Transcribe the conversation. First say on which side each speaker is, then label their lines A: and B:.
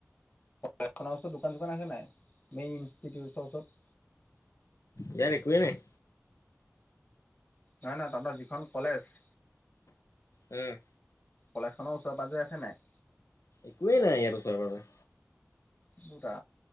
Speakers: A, on the left; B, on the left.
A: নৰ <unintelligible> ওচৰত দোকান চোকান আছে নাই মেইন ইনষ্টিউটৰ ওচৰত?
B: ইয়াৰ একোৱেই নাই৷
A: নাই নহ তাতৰ যিখন কলেজ
B: উম।
A: কলেজখনৰ ওচৰে পাজৰে আছে নাই?
B: একোৱেই নাই ইয়াত ওচৰে পাজৰে।
A: বুতা